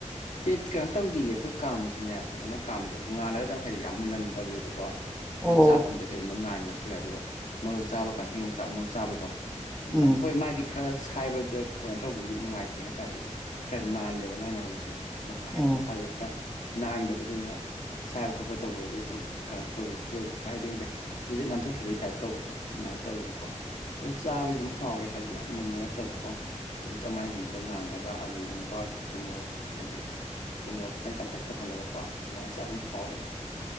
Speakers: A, on the left; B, in the centre.
A: ꯄꯦꯠ ꯀꯩꯅꯣ ꯇꯧꯗꯤꯌꯦ ꯑꯩꯈꯣꯏ ꯀꯥꯝꯕꯁꯨꯅꯦ ꯐꯖꯅ ꯀꯥꯝꯗ꯭ꯔꯦꯕ ꯉꯥꯜꯂꯒꯗꯪ ꯍꯥꯏꯗꯤ ꯌꯥꯝ ꯃꯨꯟꯍꯟꯗꯕꯤꯗꯨꯗꯀꯣ ꯑꯩꯈꯣꯏ
B: ꯑꯣ
A: ꯆꯥꯛꯀꯨꯝꯕꯗꯤ ꯀꯩꯒꯨꯝꯕ ꯉꯥꯟꯈ꯭ꯔꯁꯨ ꯌꯥꯏ ꯑꯗꯨꯒ ꯃꯔꯨ ꯆꯥꯕ ꯀꯥꯟ ꯈꯣꯏ ꯌꯣꯡꯆꯥꯛ ꯃꯔꯨ ꯆꯥꯕꯗꯣ ꯎꯝꯃꯥꯏꯅ
B: ꯎꯝ
A: ꯍꯣꯏ ꯃꯥꯗꯤ ꯈꯔ ꯁꯥꯏꯕꯗ ꯀꯣꯅꯣ ꯇꯧꯕꯅꯤꯅꯥ ꯅꯨꯡꯉꯥꯏꯇꯦ ꯍꯥꯏ ꯇꯥꯔꯗꯤ ꯈꯔ ꯅꯥꯜꯂꯦꯕ ꯃꯥꯏ ꯃꯔꯨꯁꯦ ꯍꯥꯏꯗꯤ
B: ꯎꯝ
A: ꯃꯁꯥꯒꯤ ꯑꯣꯏꯅ ꯈꯔ ꯅꯥꯟꯕꯗꯨꯗꯒꯥ ꯁꯥꯏꯕ ꯈꯣꯠꯄ ꯇꯧꯕꯗꯗꯤ ꯑꯗꯨꯝ ꯀꯥ ꯇꯧꯋꯤ ꯇꯣꯏꯕꯀꯣ ꯍꯥꯏꯗꯤ ꯈꯪꯗꯦ ꯖꯤꯠ ꯖꯤꯠ ꯅꯥꯟꯊꯣꯛꯈꯤꯕꯒꯤ ꯇꯥꯏꯞ ꯇꯧꯕꯗꯣ ꯑꯗꯨꯃꯥꯏꯅ ꯇꯧꯋꯦꯕꯀꯣ ꯑꯗꯨ ꯆꯥꯕꯗꯤ ꯑꯗꯨꯝ ꯍꯥꯎꯋꯦ ꯍꯥꯏꯕꯗꯤ ꯌꯥꯝ ꯃꯨꯟꯅ ꯅꯠꯇꯕꯀꯣ ꯑꯗꯨꯝ ꯆꯥꯛꯃꯥꯏꯒꯨꯝꯗ ꯉꯥꯜꯂꯒ ꯑꯥꯂꯨꯒꯨꯝꯕ ꯑꯗꯨ ꯊꯨꯝ ꯃꯣꯔꯣꯛ ꯍꯥꯏꯗꯤ ꯊꯨꯝ ꯃꯣꯔꯣꯛ ꯈꯤꯇꯪ ꯀꯟꯇꯛ ꯇꯧꯍꯜꯂꯒꯀꯣ ꯑꯗꯨꯃꯥꯏꯅ ꯆꯥ ꯑꯗꯨꯝ ꯍꯥꯎꯋꯦꯗ